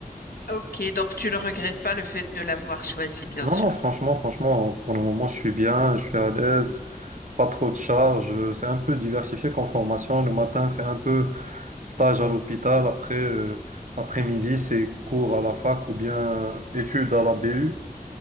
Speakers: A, on the left; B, on the right.
A: Ok, donc tu ne regrettes pas le fait de l'avoir choisi, bien
B: Non,
A: sûr.
B: non, franchement, franchement, pour le moment, je suis bien, je suis à l'aise. pas trop de charges. C'est un peu diversifié comme formation. Le matin, c'est un peu stage à l'hôpital. Après, euh, après-midi, c'est cours à la fac ou bien études à la BU.